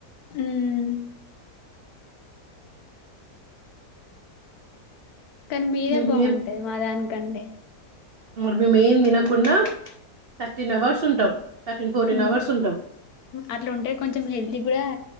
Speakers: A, on the left; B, on the right.
A: హుమ్మ్ కానీ మీదే
B: మేమ్
A: బాగుంటది మా దానికంటే
B: మరి మేమ్ తిన్నకుడా థర్టీన్ అవర్స్ ఉంటాం థర్టీన్ ఫోర్టీన్
A: ఉమ్
B: అవర్స్ ఉంటాం
A: అట్లా ఉంటే కొంచెం హెల్తీ కూడా